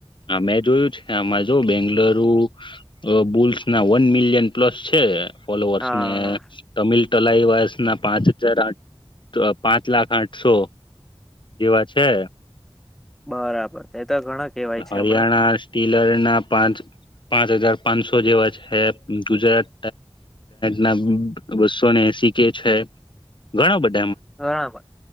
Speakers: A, on the left; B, in the centre.
A: હા, મેં જોયું છે આમાં જો બેંગ્લો લર બુલ્સ ના વન મિલિયન પ્લસ છે ફોલોઅર્સ
B: હા
A: ને તમિલ ટલાઈ વર્ષ ના પાંચ હજાર આઠ, પાંચ લાખ આઠસો એવા છે
B: બરાબર તો ઘણા કહેવાય છે
A: હરિયાણા
B: હમણાં
A: સ્ટીલર ના પાંચ પાંચ હજાર પાંચસો જેવા છે ગુજરાત, ના બસોને એસી કે છે ઘણા બધા
B: ઘણાબર